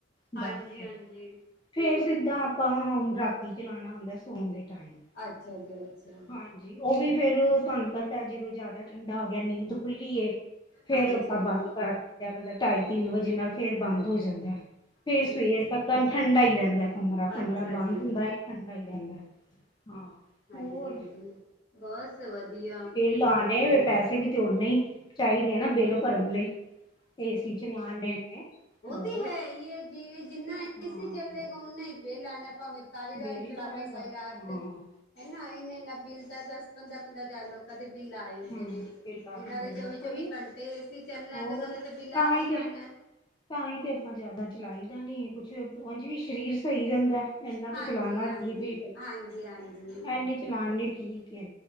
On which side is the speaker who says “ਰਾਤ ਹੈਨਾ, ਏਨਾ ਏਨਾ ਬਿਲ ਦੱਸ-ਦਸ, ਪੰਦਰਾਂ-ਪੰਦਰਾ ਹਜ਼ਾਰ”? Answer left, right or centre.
Left